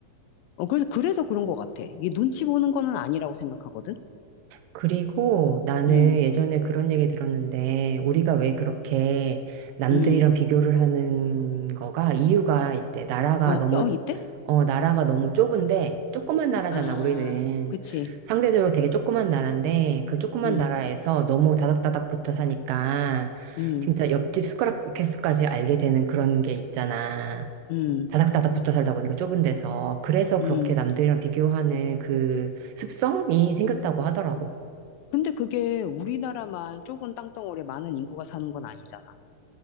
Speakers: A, on the left; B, on the right.
A: 어, 그래서, 그래서 그런 것 같아. 이게 눈치 보는 거는 아니라고 생각하거든.
B: 그리고 나는
A: 음,
B: 예전에 그런 얘기 들었는데, 우리가 왜 그렇게 남들이랑
A: 음.
B: 비교를 하는 거가 이유가 있대. 나라가
A: 어,
B: 너무
A: 어, 이때?
B: 어, 나라가 너무 좁은데, 조그만 나라잖아,
A: 아,
B: 우리는.
A: 그치.
B: 상대적으로 되게 조그만 나라인데, 그 조그만
A: 음,
B: 나라에서 너무 다닥다닥 붙어 사니까,
A: 음,
B: 진짜 옆집 숟가락 개수까지 알게 되는 그런 게 있잖아.
A: 음,
B: 다닥다닥 붙어 살다 보니까 좁은 데서. 그래서 그렇게
A: 음.
B: 남들이랑 비교하는 그 습성이 생겼다고 하더라고.
A: 근데 그게 우리나라만 좁은 땅덩어리에 많은 인구가 사는 건 아니잖아.